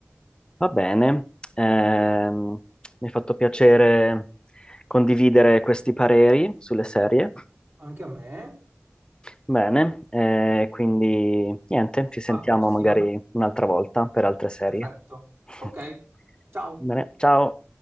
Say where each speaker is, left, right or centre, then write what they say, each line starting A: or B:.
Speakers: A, on the left; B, on the right.
A: Va bene, ehm,
B: Oh,
A: mi è fatto piacere condividere questi pareri sulle serie.
B: anche a me.
A: Bene, eh, quindi niente, ci
B: Alla
A: sentiamo
B: prossima.
A: magari un'altra volta per altre serie.
B: Perfetto.
A: <laughs>
B: Ok, ciao.
A: Bene, ciao.